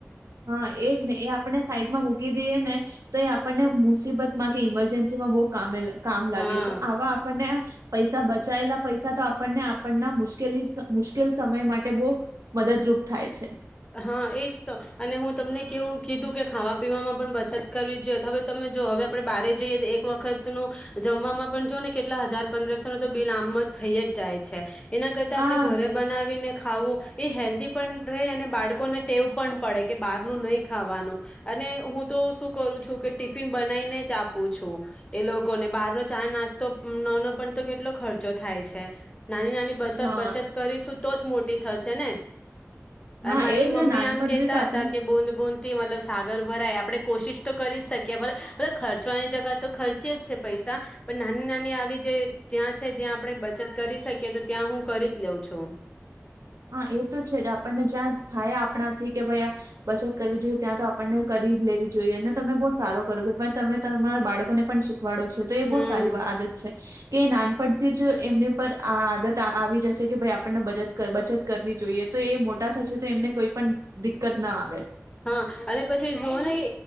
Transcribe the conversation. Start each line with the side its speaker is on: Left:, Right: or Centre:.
Right: હા એજ ને એ આપને સાઈડમાં મૂકી દઈએ ને તો એ આપને મુસીબતમાં કે ઇમરજન્સીમાં બઉુ કમે લે. કામ લાગે
Left: હા
Right: તો આવા આપણને પૈસા બ બચાયેલા પૈસા તો આપણને આપણના મુશ્કેલી મુશ્કેલ સમય માટે બહુ મદદરૂપ થાય છે.
Left: હા એજ તો અને હું તમને કેવું કીધું કે ખાવા પીવામાં પણ બચત કરવી જોઈએ તો હવે તમે જો હવે આપણે બારે જઈએ તો એક વખતનુંું જમવામાં પણ જો ને કેટલા હજાર પંદરસો ન તો બિલ આમમાં થઈ જ જાય છે. એના કરતા આપડે
Right: હા
Left: ઘરે
Right: થઈ
Left: બનાવીને
Right: જ
Left: ખાવું. એ હેલ્ધી પણ રહે અને બાળકોને ટેવ પણ પડે કે બહાર ન નહી ખાવાનું અને હું તો શું કરું છું કે ટિફિન બનાવીને જ આપું છું એ લોકોને બહારનો ચા નાસ્તો ન ન પણ તો કેટલો ખર્ચો થાય છે. નાની નાની બ
Right: હા
Left: બચત કરીશું. તો જ મોટી થશે ને.
Right: હા
Left: મારી
Right: એજ
Left: મમ્મી
Right: ને નાનપણથી
Left: આમ કેહેતા
Right: જ
Left: હતા
Right: આપણે
Left: કે બુંદ બુંદ. થી મતલબ સાગર ભરાય આપણે કોશિશ તો કરી જ શકીએ ખર્ચવાની જગ્યા તો ખર્ચી જ છે પૈસા પણ નાની નાની આવી જે જ્યાં છે જ્યાં આપણે બચત કરી શકીએ તો ત્યાં હું કરી જ લઉં છું.
Right: હા એ તો છે જ આપણને જ્યાં. હા આપણાથી કે ભાઈ આ બચત કરવી જોઈએ ત્યાં તો આપણને કરી લેવી જોઈએ. તમે બહુ સારો કરો કે ભ તમે. તમારા બાળકોને પણ શ. વાડો છે તો એ બહુ
Left: હમ
Right: સારી આદત છે. કે નાનપણથી જ એમને પર. આ આદત આવી જશે કે ભાઈ આપણને બચત બચત. કરવી જોઈએ તો એ મોટા થશે તો એમને કોઈ પણ દિકકત ના આવે.
Left: હા અને પછી જુઓ ને કે